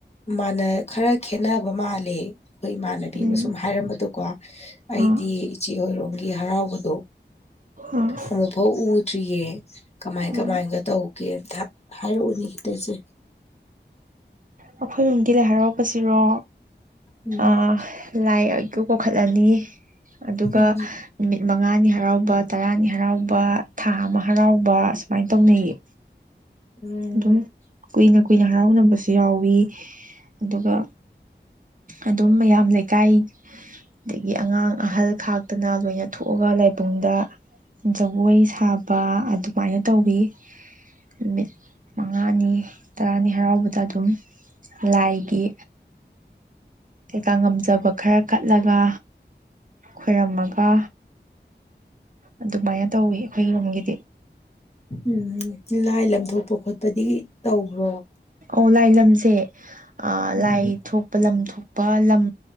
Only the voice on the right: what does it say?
ꯎꯝ
ꯑꯥ
ꯑꯥ
ꯎꯝ
ꯑꯩꯈꯣꯏꯔꯣꯝꯒꯤ ꯂꯥꯏ ꯍꯔꯥꯎꯄꯁꯤꯔꯣ
ꯑꯥ ꯂꯥꯏ ꯏꯀꯧ ꯀꯧꯈꯠꯂꯅꯤ ꯑꯗꯨꯒ
ꯅꯨꯃꯤꯠ ꯃꯉꯥꯅꯤ ꯍꯔꯥꯎꯕ ꯇꯔꯥꯅꯤ ꯍꯔꯥꯎꯕ ꯊꯥ ꯑꯃ ꯍꯔꯥꯎꯕ ꯁꯨꯃꯥꯏ ꯇꯧꯅꯩꯌꯦ
ꯗꯨꯝ ꯀꯨꯏꯅ ꯀꯨꯏꯅ ꯍꯔꯥꯎꯅꯕꯁꯨ ꯌꯥꯎꯋꯤ ꯑꯗꯨꯒ ꯑꯗꯨꯝ ꯃꯌꯥꯝ ꯂꯩꯀꯥꯏ ꯗꯒꯤ ꯑꯉꯥꯡ ꯑꯍꯜ ꯈꯥꯛꯇꯅ ꯂꯣꯏꯅ ꯊꯣꯛꯑꯒ ꯂꯥꯏꯕꯨꯡꯗ ꯖꯒꯣꯏ ꯁꯥꯕ ꯑꯗꯨꯃꯥꯏꯅ ꯇꯧꯋꯤ ꯅꯨꯃꯤꯠ ꯃꯉꯥꯅꯤ ꯇꯔꯥꯅꯤ ꯍꯔꯥꯎꯕꯗ ꯑꯗꯨꯝ ꯂꯥꯏꯒꯤ ꯀꯩꯀꯥ ꯉꯝꯖꯕ ꯈꯔ ꯀꯠꯂꯒ ꯈꯣꯏꯔꯝꯃꯒ ꯑꯗꯨꯃꯥꯏꯅ ꯇꯧꯋꯦ ꯑꯩꯈꯣꯏ ꯔꯣꯝꯒꯤꯗꯤ
ꯑꯧ ꯂꯥꯏ ꯂꯝꯁꯦ ꯑ
ꯂꯥꯏ ꯊꯣꯛ ꯂꯝ ꯊꯣꯛꯄ ꯂꯝ